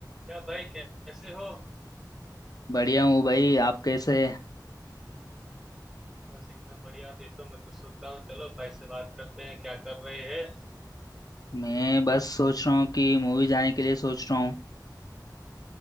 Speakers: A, in the centre; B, on the left.
A: क्या भाई कैसे हो
B: बढ़िया हूँ भाई आप कैसे
A: बस एकदम बढ़िया देखो मैं कुछ सोचता हूँ चलो भाई से बात करते हैं क्या कर रहे हैं
B: मैं बस सोच रहा हूँ कि मूवी जाने के लिए सोच रहा हूँ